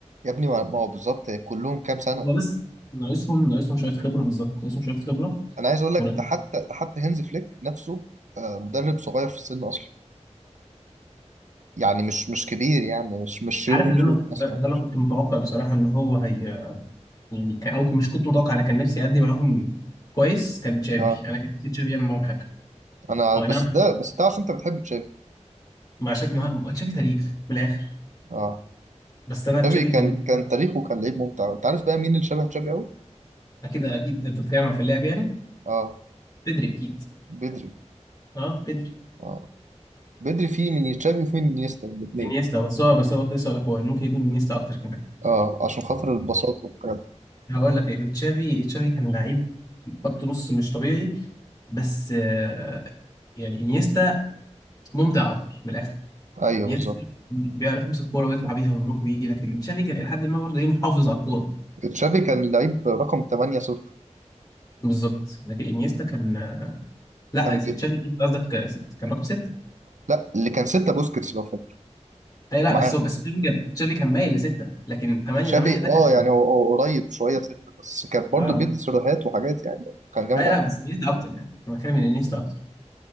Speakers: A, on the right; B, on the left.
A: يا ابني ما ما هو بالظبط كلهم كام سنه
B: هو بس ناقصهم ناقصهم شوية خبرة بالظبط ناقصهم شوية خبرة
A: انا عايز اقول لك
B: وناقص-
A: ده حتى ده حتى هانز فليك نفسه آه، مدرب صغير في السن اصلا يعني مش مش كبير يعني مش مش يورجن
B: عارف اللي
A: كلوب
B: أنا
A: مثلا
B: اللي أنا كنت متوقع بصراحة إن هو هي يعني ك- أو مش كنت متوقع أنا كان نفسي أدي معاهم كويس كان تشافي
A: اه
B: أنا كان نفسي تشافي يعمل معاهم حاجة
A: انا
B: هو أنا
A: بس ده بس ده عشان انت بتحب تشافي
B: ما عشان ما ما- تشافي تاريخ من الآخر
A: اه
B: بس أنا
A: تشافي
B: تشافي
A: كان
B: كان نفسي
A: كان تاريخه كان لعيب ممتع انت عارف بقى مين اللي شبه تشافي قوي
B: أكيد أكيد أنت بتتكلم في اللعب يعني
A: اه
B: بدري أكيد
A: بدري
B: أه بدري
A: اه بدري فيه من تشافي وفيه من نيستا الاثنين
B: انيستا بس هو بس هو كنت لسه ولا هو ممكن يكون انيستا أكتر كمان
A: اه عشان خاطر البساطة والحاجات دي
B: هقول لك لان تشافي تشافي كان لعيب خط نص مش طبيعي بس آه، يعني انيستا ممتع اكتر من الاخر
A: ايوه
B: انيستا
A: بالظبط
B: بيعرف يمسك كوره ويطلع بيها ويروح ويجي لكن تشافي كان الى حد ما برضه ايه محافظ على الكوره
A: تشافي كان لعيب رقم 8 صفر
B: بالظبط لكن انيستا كان آه، لا
A: كان
B: يا سيد
A: بيب...
B: تشافي انت قصدك ست كان رقم سته
A: لا اللي كان 6 بوسكيتس لو فاكر
B: اي لا
A: معاه
B: بس هو بس تشافي كان تشافي كان مايل لسته لكن 8
A: تشافي
B: 8 ده
A: اه
B: كان
A: يعني هو هو قريب شويه 6 بس كان برضه
B: اه
A: بيدي
B: ماشي.
A: سيروهات وحاجات يعني كان جامد
B: اي
A: قوي
B: لا بس انيستا اكتر يعني انا بتكلم ان انيستا اكتر